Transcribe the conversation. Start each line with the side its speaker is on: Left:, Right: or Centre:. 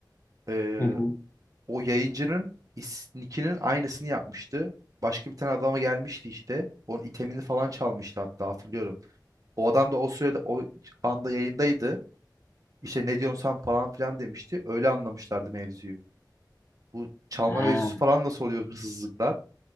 Right: Ee,
Left: Hı hı.
Right: o yayıncının is- nickinin aynısını yapmıştı. Başka bir tane adama gelmişti işte. Onun itemini falan çalmıştı hatta hatırlıyorum. O adam da o sırada o anda yayındaydı. İşte ne diyorsun sen falan filan demişti. Öyle anlamışlardı mevzuyu. Bu çalma
Left: Ha,
Right: mevzusu falan nasıl oluyor hırsızlıklar?